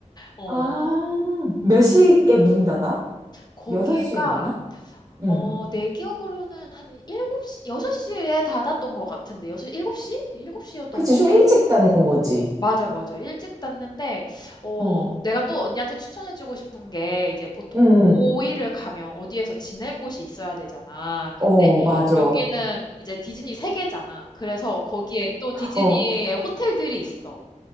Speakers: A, on the left; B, on the right.
A: 어,
B: 아, 몇 시에 문 닫아?
A: 거기가
B: 6시에 닫나? 응.
A: 어, 내 기억으로는 한 일곱 시 6시에 닫았던 것 같은데, 여섯 일 7시? 7시였던
B: 그치,
A: 것
B: 좀
A: 같아.
B: 일찍 닫는 거지.
A: 맞아, 맞아. 일찍 닫는데, 어,
B: 어.
A: 내가 또 언니한테 추천해주고 싶은 게, 이제 보통
B: 응,
A: 5일을 가면 어디에서 지낼 곳이 있어야 되잖아. 근데
B: 어, 맞아.
A: 여기는 이제 디즈니 세계잖아. 그래서 거기에 또 디즈니의
B: 어,
A: 호텔들이 있어.